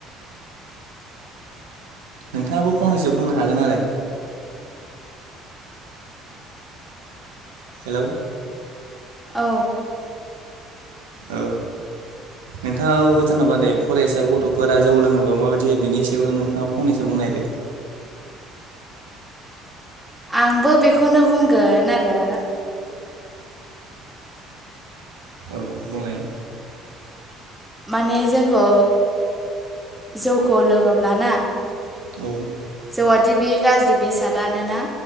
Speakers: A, on the right; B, in the centre.
A: नोंथाङाबो फंनैसो बुंनो हागोन आरो हेलौ
B: औ
A: औ नोंथाङाबो जेनेबा दे फरायसा गथ'फोरा जौ लोङोबा माबायदि जायो बेनि सायाव नोंथाङा फंनैसो बुंनायदो
B: आंबो बेखौनो बुंगोन आरो
A: औ बुंलाय
B: माने जोंखौ जौखौ लोङोब्लाना
A: औ
B: औवाादि बे गाज्रि बेसादानोना